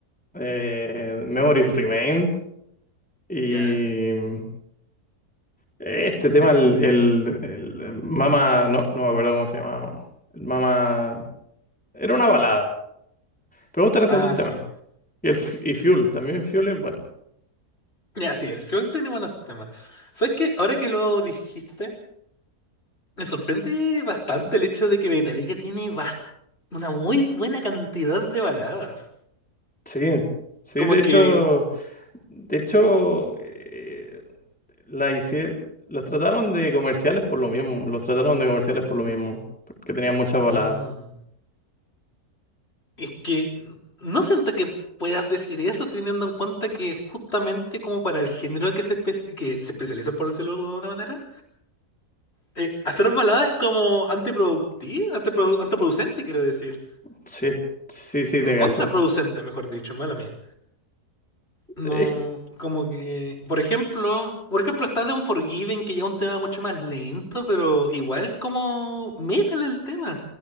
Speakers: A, in the centre; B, on the left.
A: eh, Memories Remains y
B: Ya.
A: mm, este tema, el, el, el el Mama, no, no me acuerdo cómo se llamaba. El Mama, era una balada. Pero Me gustan esos
B: Ah,
A: dos temas.
B: sí.
A: Y, el, Fu- y Fuel, también Fuel es bueno.
B: Ya, sí, el Fiol tiene buenos temas. ¿Sabes qué? Ahora que lo dijiste, me sorprende bastante el hecho de que Metallica tiene bas- una muy buena cantidad de baladas.
A: Sí, sí,
B: Como
A: de hecho,
B: que.
A: de hecho, eh, la hicieron, las trataron de comerciales por lo mismo. Los trataron de comerciales por lo mismo, porque tenían muchas baladas.
B: mm, es que no siento que puedas decir eso teniendo en cuenta que justamente como para el género que se, espe- que se especializa, por decirlo de alguna manera, eh, hacer balada es como antiproductiva, antiprodu- antiproducente, quiero decir.
A: Sí, sí, sí,
B: Co-
A: te
B: Contraproducente,
A: cacho.
B: mejor dicho, mala mía. No,
A: Es-
B: como que, por ejemplo, por ejemplo está de Unforgiven, que ya es un tema mucho más lento, pero igual es como metal el tema.